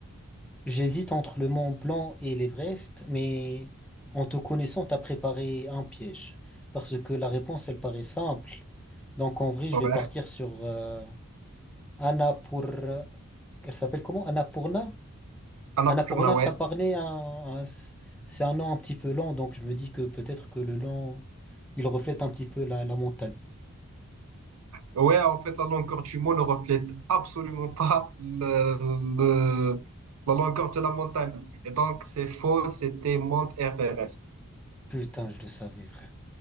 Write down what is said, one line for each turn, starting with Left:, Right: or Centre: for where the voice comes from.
Centre: J'hésite entre le Mont Blanc et l'Everest, mais en te connaissant, t'as préparé un piège. Parce que la réponse, elle paraît simple. Donc en vrai, je
Right: Ouais,
Centre: vais partir sur euh, Annapur... Elle s'appelle comment? Annapurna?
Right: Annapurna,
Centre: Annapurna,
Right: ouais.
Centre: ça parlait un... un- C'est un nom un petit peu lent, donc je me dis que peut-être que le nom, il reflète un petit peu la, la montagne.
Right: Ouais, en fait, la longueur du mot ne reflète absolument pas le, le- la longueur de la montagne. Et donc, c'est faux, c'était Mount Everest.
Centre: Putain, je le savais, frère.